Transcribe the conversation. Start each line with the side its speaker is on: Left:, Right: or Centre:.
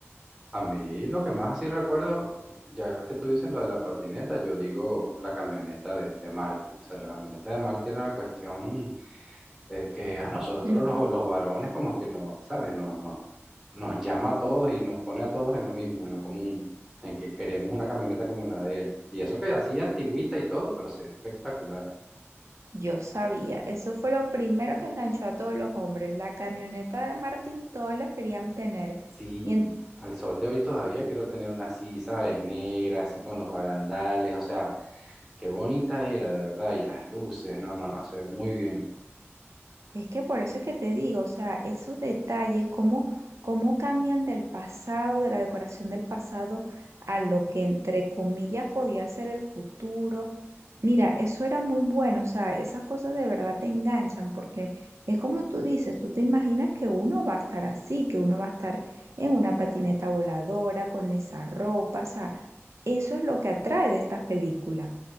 Centre: A mí lo que más así recuerdo, ya que tú dices lo de la patineta, yo digo la camioneta de, de Marty. O sea, la camioneta de Marty era una cuestión eh, que a nosotros
Right: Mm.
Centre: los, los varones como que nos, ¿sabes? Nos, nos, nos llama a todos y nos pone a todos en lo mismo, en lo común, en que queremos una camioneta como la de él. Y eso que así antigüita y todo, pero se ve espectacular.
Right: Yo sabía, eso fue lo primero que enganchó a todos los hombres. La camioneta de Martín, todos los querían tener.
Centre: Sí,
Right: Y en-
Centre: al sol de hoy todavía quiero tener una así, ¿sabes? Negra, así con los barandales, o sea, qué bonita era, de verdad, y las luces, no, no, no, se ve muy bien.
Right: es que por eso es que te digo, o sea, esos detalles, cómo, cómo cambian del pasado, de la decoración del pasado, a lo que entre comillas podía ser el futuro. Mira, eso era muy bueno, o sea, esas cosas de verdad te enganchan porque es como tú dices, tú te imaginas que uno va a estar así, que uno va a estar en una patineta voladora, con esa ropa, o sea. Eso es lo que atrae de estas películas.